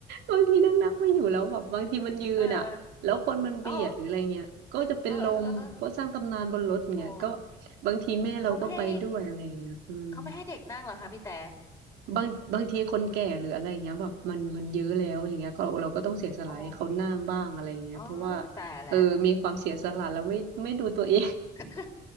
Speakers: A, on the right (about 80°); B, on the left (about 15°).
A: บางทีนั่งนั่งไปอยู่แล้วแบบบางทีมันยืนอะ
B: เออ
A: แล้วคนมันเบียดหรืออะไรเงี้ยก็จะเป็นลมเพราะสร้างตำนานบนรถเงี้ยก็
B: อ๋อเออเออเออ อ๋อ
A: บางทีแม่เราก็ไปด้วยอะไรเงี้ยอืม
B: เขาไม่ให้เขาไม่ให้เด็กนั่งเหรอคะพี่แต่
A: บางบางทีคนแก่หรืออะไรเงี้ยแบบมันมันเยอะแล้วอย่างเงี้ยก็เราก็ต้องเสียสละให้เขานั่งบ้างอะไรเงี้ยเพราะว่า
B: อ๋ออ๋อตายแหละ
A: เออมีความเสียสละแล้วไม่ไม่ดูตัวเอง
B: <laughs>